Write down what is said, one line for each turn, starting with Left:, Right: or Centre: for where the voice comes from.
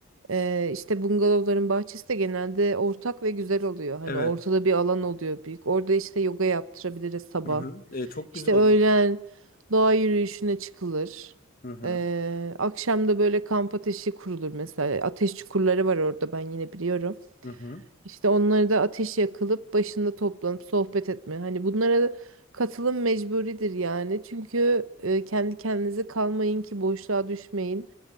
Right: Ee, işte bungalovların bahçesi de genelde ortak ve güzel oluyor. Hani
Left: Evet.
Right: ortada bir alan oluyor büyük. Orada işte yoga yaptırabiliriz sabah.
Left: Hı-hı. E, çok güzel
Right: İşte
Left: oldu.
Right: öğlen doğa yürüyüşüne çıkılır.
Left: Hı-hı.
Right: Ee, akşam da böyle kamp ateşi kurulur mesela. Ateş çukurları var orada ben yine biliyorum.
Left: Hı-hı.
Right: İşte onları da ateş yakılıp başında toplanıp sohbet etme. Hani bunlara katılım mecburidir yani. Çünkü e, kendi kendinize kalmayın ki boşluğa düşmeyin